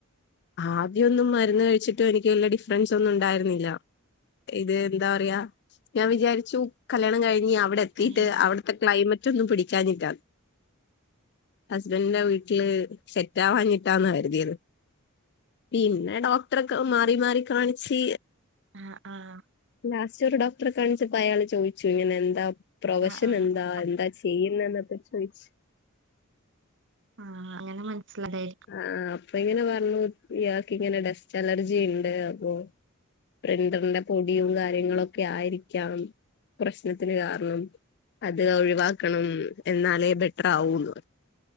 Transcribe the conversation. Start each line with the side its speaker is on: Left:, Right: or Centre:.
Left: ആദ്യൊന്നും മരുന്ന് കഴിച്ചിട്ടു എനിക്ക് വല്ല ഡിഫറൻസ് ഒന്നും ഉണ്ടായിരുന്നില്ല ഇത് എന്താ പറയാ ഞാൻ വിചാരിച്ചു കല്യാണം കഴിഞ്ഞ് അവിടെ എത്തിട്ട്
Right: അതെ
Left: അവിടെ ക്ലൈമറ്റൊന്നും പിടിക്കാനിട്ടാ ഹസ്ബന്റിന്റെ വീട്ടില് സെറ്റവാഞ്ഞിട്ടാന്ന കരുതിയത് പിന്നെ ഡോക്ടർ ഒക്കെ മാറി മാറി കാണിച്
Right: ആഹ് ആഹ്
Left: ലാസ്റ്റ് ഒരു ഡോക്ടറെ കാണിച്ചപ്പോ അയാൾ ചോദിച്ചു ഇങ്ങനെ എന്താ പ്രൊഫഷൻ
Right: ആഹ് ആഹ്
Left: എന്താ എന്താ ചെയ്യുന്ന എന്നൊക്കെ ചോയിച്ചു
Right: ആഹ് അങ്ങനെ മനസ്സിലായി
Left: ആഹ് അപ്പൊ ഇങ്ങനെ പറഞ്ഞു ഇയാൾക്ക് ഇങ്ങനെ ഡെസ്റ്റ് അലർജി ഇണ്ട് അപ്പൊ ബ്രണ്ടറിന്റെ പൊടിയും കാര്യങ്ങളൊക്കെ ആയിരിക്കാം പ്രശ്നത്തിന് കാരണം അത് ഒഴിവാക്കണം എന്നാലേ ബെറ്ററാവുള്ളു